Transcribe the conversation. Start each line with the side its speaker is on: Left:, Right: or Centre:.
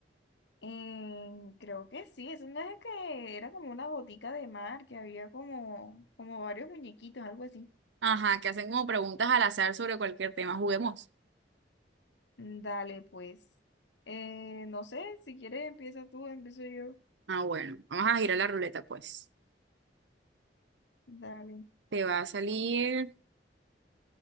Left: Eh, creo que sí, eso no es una vez que era como una botica de mar, que había como, como varios muñequitos, algo así.
Right: Ajá, que hacen como preguntas al azar sobre cualquier tema. Juguemos.
Left: Mm, Dale, pues. Eh, no sé, si quieres empieza tú, empiezo yo.
Right: Ah, bueno, vamos a girar la ruleta, pues.
Left: Dale.
Right: Te va a salir